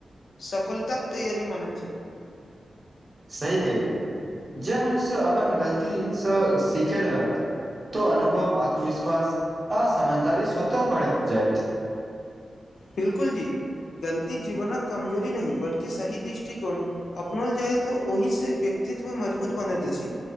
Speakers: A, on the left; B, on the right.
A: सफलतााक तैयारी मानैत छथि
B: सही कैले जे मनुष्य अपन गलतीसँ सीखैत रहत त अनुभव आत्मविश्वास आ समझदारी स्वतः बढ़ैत जाइत
A: बिल्कुल जी गलती जीवनक कमजोरी नहि बल्कि सही दृष्टिकोण अपनोल जाय तऽ ओहिसँ व्यक्तित्व मजबूत बनैत अछि